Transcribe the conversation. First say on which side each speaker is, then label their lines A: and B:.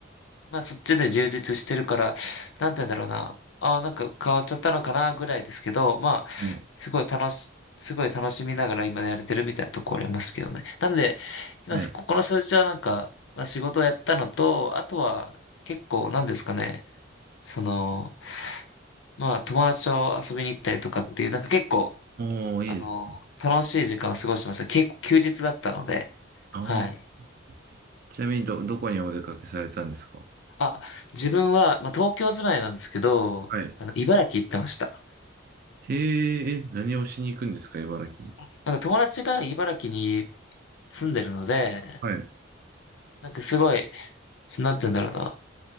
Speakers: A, on the left; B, on the right.
A: まあそっちで充実してるから、なんて言うんだろうな。ああ、なんか変わっちゃったのかなぐらいですけど、まあ、
B: はい。
A: すごい楽し、すごい楽しみながら今やれてるみたいなところありますけどね。なんで、今、
B: はい。
A: ここの数字はなんか、まあ仕事をやったのと、あとは結構なんですかね、その、まあ友達と遊びに行ったりとかっていう、なんか結構、
B: おー、
A: あの、
B: いいです。
A: 楽しい時間を過ごしてました。結構休日だったので、
B: ああ
A: はい。
B: ちなみにど、どこにお出かけされたんですか
A: あ、自分は、まあ、東京住まいなんですけど、
B: はい。
A: あの、茨城行ってました。
B: へえ、え、何をしに行くんですか茨城に。
A: あなんか友達が茨城に住んでるので、
B: はい。
A: なんかすごい、なんて言うんだろうな。